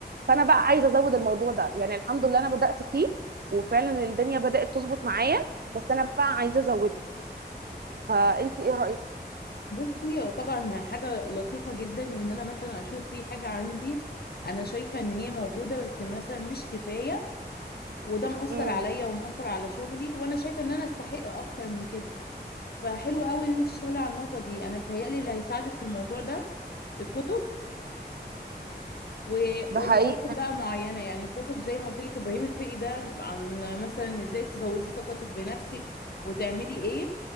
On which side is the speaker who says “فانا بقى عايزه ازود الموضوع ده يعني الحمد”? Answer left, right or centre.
Right